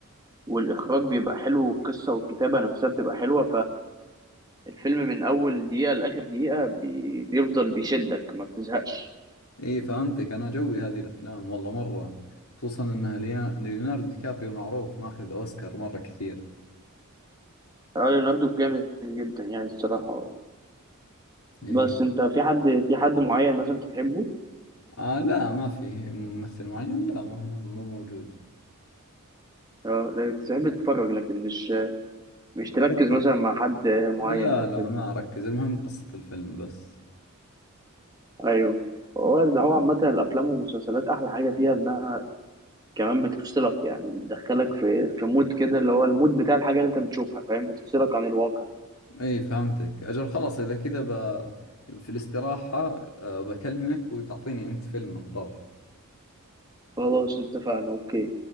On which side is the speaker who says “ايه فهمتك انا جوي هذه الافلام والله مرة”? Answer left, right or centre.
Left